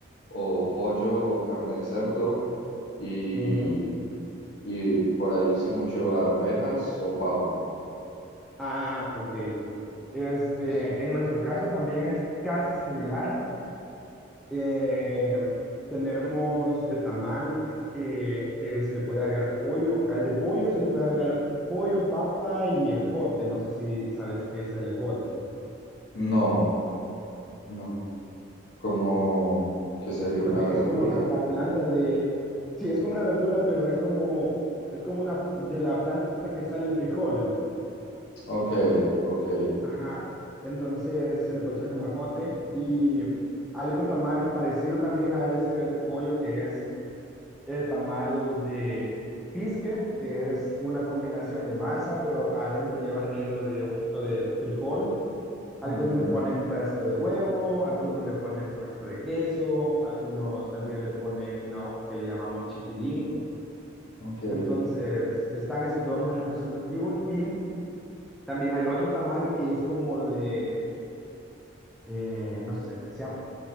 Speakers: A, on the left (about 55°); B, in the centre.
A: o pollo o carne de cerdo y,
B: Ujú.
A: y por ahí sí mucho arvejas o papa.
B: Ah, ok. Este,
A: Entonces,
B: en nuestro caso también es casi similar. Eh, tenemos el tamal que, que se le puede agregar pollo. Al de pollo se le puede agregar pollo, papa y ejote. No sé si sabes qué es el ejote.
A: No, no. Como que sería una
B: Ok, es
A: verdura.
B: como la planta de... Sí, es como una verdura, pero es como, es como una de la planta que sale el frijol.
A: Ok, ok.
B: Ajá, entonces se le puede echar como ejote. Y hay otro tamal parecido también a ese, al de pollo, que es El tamal de pisque, que es una combinación de masa, pero adentro lleva relleno de un poquito de frijol. Algunos
A: ujú,
B: le ponen un pedacito de huevo, algunos le ponen un pedacito de queso, algunos también le ponen una hoja que le llamamos chipilín.
A: Ok,
B: Entonces, están esos dos más representativos y también hay otro tamal que es como de, eh, no sé, se llama